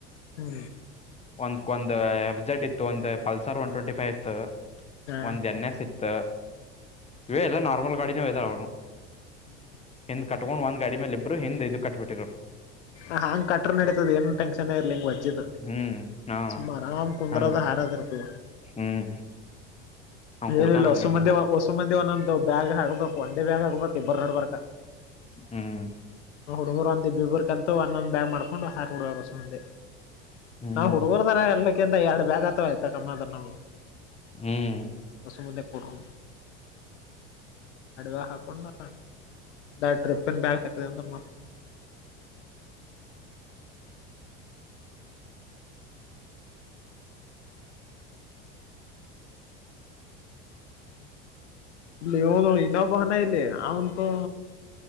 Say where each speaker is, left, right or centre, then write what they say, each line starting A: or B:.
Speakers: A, on the left; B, on the left.
A: ಹ್ಮ
B: ಒಂದ ಕೊಂದ ಎಫ್ ಜೆಡ್ ಇತ್ತು ಒಂದ ಪಲ್ಸರ್ ಒನ್ ಟ್ವೆಂಟಿ ಫೈವ್ ಇತ್ತ.
A: ಹಾ
B: ಒಂದ್ ಎನ್ ಎಸ್ ಇತ್ತ ಇವೆ ಎಲ್ಲ ನಾರ್ಮಲ್ ಗಾಡಿನೆ ಇದವ ಅವನ್ವ.
A: ಹ್ಮ್
B: ಹಿಂದ್ ಕಟ್ಕೊಂಡ್ ಒಂದ್ ಗಾಡಿ ಮ್ಯಾಲಿಬ್ರ ಹಿಂದ್ ಇದ್ ಕಟ್ಬಿಟ್ಟಿರೋರ.
A: ಹಾ ಹಂಗ ಕಟ್ರ ನಡಿತದ ಏನು ಟೆನ್ಶನ್ ಇರ್ಲಿಿಂಗ ವಜ್ಜೇದ.
B: ಹ್ಮ್ ಹಾ
A: ಸುಮ್ಮ ಆರಾಮ ಕುಂದ್ರದ
B: ಹಂಗ
A: ಹಾಡೋದ ಇರತದ.
B: ಹ್ಮ್ ಅವ ಕುಡ್ತಾನ
A: ಏನಿಲ್ಲ
B: ಹಂಗೇನಿಲ್ಲ
A: ವಸು ಮಂದಿ ವಸು ಮಂದಿ ಒಂದೊಂದು ಬ್ಯಾಗ್ ಹಕ್ಬಬೇಕ ಒಂದೇ ಬ್ಯಾಗ್ ಹಕ್ಬಬೇಕ ಇಬ್ಬರ್ ನಡ್ಬಾರಕ.
B: ಹ್ಮ್
A: ಹುಡುಗರು ಒಂದಿಬ್ಬಬ್ರು ಕಲ್ತು ಒಂದ ಒಂದ ಬ್ಯಾಗ್ ಮಾಡ್ಬೇಕ. <unintelligible> ವೋಸಮಂದಿ
B: ಹ್ಮ್
A: ನಮ್ಮ ಹುಡುಗರ್ದರ ಎಲ್ಲಾ. <unintelligible> ಎರಡ್ ಬ್ಯಾಗ್ ಆತವ ಆಯ್ತ ಕಮ್ಮ ಅ ನಮ್ಗೆ
B: ಹ್ಮ್
A: ಹೊಸ ಮುದ್ದೆೆಗೆ ಕೊಡರು. ಅಡವ ಹಾಕೊಂಡು ಬ್ಯಾಗ್ ಟ್ರಿಪಿನ ಬ್ಯಾಗ್ ಅಕ್ದೆ ಅಂದ್ರೆ ಮ. ಇಲ್ಲಿ ಹನು ಇನ್ನೊಬ್ಬಾನ ಇಲ್ಲಿ ಅವಂತು.